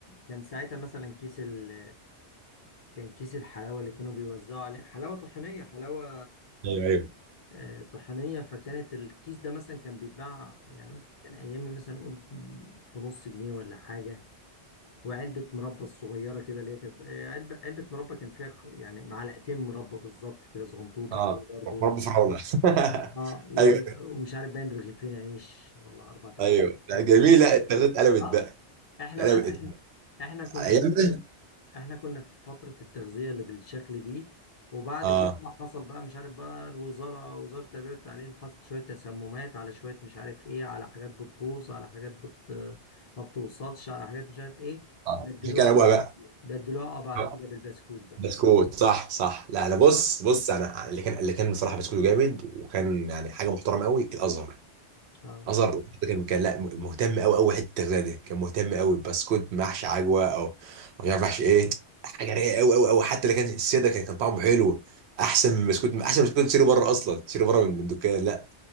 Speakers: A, on the left (about 40°); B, on the right (about 70°).
A: كان ساعتها مثلا كيس ال كان كيس الحلاوة اللي كانوا بيوزعوا عليه حلاوة طحينية حلاوة
B: ايوه ايوه
A: آه، طحينية فكانت الكيس ده مثلا كان بيتباع يعني مثلا كان أيام مثلا نقول بنص جنيه ولا حاجة وعلبة مربى الصغيرة كده اللي هي كانت آه، علبة علبة مربى كان فيها ق- يعني معلقتين مربى بالظبط كده صغنطوطة
B: اه
A: كده برضه
B: رب فرعون <laughs>
A: اه و-
B: ايوه
A: ومش عارف باين رغيفين عيش ولا اربعة رغيفين
B: ايوه
A: عيش،
B: لا
A: حاجه
B: جميله
A: كده
B: التغذيه اتقلبت
A: اه
B: بقى
A: احنا
B: اتقلبت
A: بقى احنا احنا كنا
B: على ايامنا
A: في احنا كنا في فتره التغذيه اللي بالشكل دي وبعد
B: اه
A: كده بقى حصل بقى مش عارف بقى الوزاره وزاره التربيه والتعليم حصلت شويه تسممات على شويه مش عارف ايه على حاجات بتبوظ على حاجات بت ما بتوصلش على حاجات مش عارف ايه
B: اه
A: بدلوها
B: عشان كان ابوها
A: بعد
B: بقى
A: بدلوها اه بعد
B: آه،
A: كده بالبسكوت بقى
B: بسكوت صح صح لا انا بص بص انا اللي كان اللي كان بصراحه بسكوت جامد وكان يعني حاجه محترمه قوي الازهر
A: اه
B: نظر ده كان كان لا مهتم قوي قوي حته التغذيه دي كان مهتم قوي بسكوت محشي عجوه او مش عارف محشي ايه حاجه رايقه قوي قوي قوي حتى اللي كان السيده كان كان طعمه حلو احسن من بسكوت احسن من بسكوت تشتري بره اصلا تشتري بره من من الدكان لا